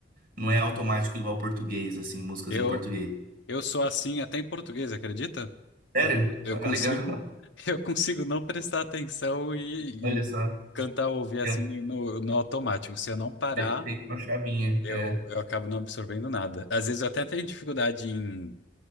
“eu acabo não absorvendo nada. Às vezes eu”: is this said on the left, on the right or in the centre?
Left